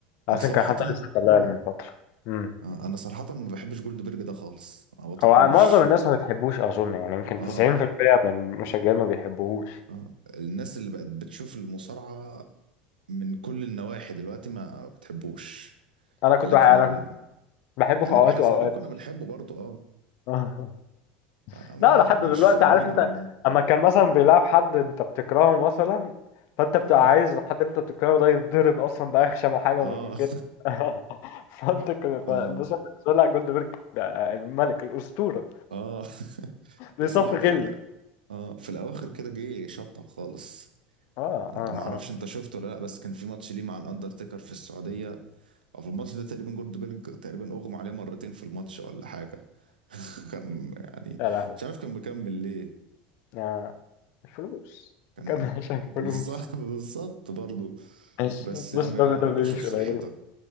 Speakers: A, on the left (about 55°); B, on the right (about 75°).
A: اصلا
B: انا صراحة
A: كان حد لسه طلع
B: آه.
A: من فترة امم
B: آه. انا صراحة ما بحبش جولد بيرج ده خالص ما بطيقهوش
A: هو معظم الناس ما بتحبوش اظن يعني يمكن
B: اه
A: 90% من المشجعين ما بيحبوهوش
B: اه الناس اللي بقت بتشوف المصارعة من كل النواحي دلوقتي ما بتحبوش
A: انا كنت
B: لكن
A: بح- انا كنت
B: إن-
A: بحبه
B: يعني
A: في اوقات
B: واحنا
A: واوقات
B: صغيرين كنا بنحبه برضه اه
A: <laughs>
B: آه، ما
A: لا
B: ما
A: لحد
B: كناش
A: دلوقتي
B: فاهمين
A: عارف انت
B: قوي يعني
A: اما كان مثلا بيلعب حد انت بتكرهه مثلا فانت بتبقى
B: اه
A: عايز الحد اللي انت بتكرهه ده يتضرب اصلا باخشم حاجه
B: اه
A: ممكن <laughs> فانت كده
B: <laughs>
A: فبس
B: اه
A: بالنسبه لي لا، جولدبرج ده الملك الاسطوره
B: اه <laughs>
A: بيصفي
B: بس لا هو
A: غل
B: في الأ... اه في الاواخر كده جه شطب خالص
A: اه
B: انت
A: اه
B: ما اعرفش
A: اه
B: انت شفته ولا لا بس كان في ماتش ليه مع الاندرتيكر في السعوديه او في الماتش ده تقريبا جولدبرج تقريبا اغمى عليه مرتين في الماتش ولا حاجه <laughs> كان يعني
A: يا لهوي
B: مش عارف كان مكمل ليه
A: آه. الفلوس
B: كان,
A: كان عشان
B: كان بالظبط
A: فلوس
B: <laughs> بالظبط برضه
A: فلوس
B: بس يعني
A: <laughs>
B: يا
A: دبليو دبليو
B: راجل شوف
A: مش
B: صحتك
A: قليل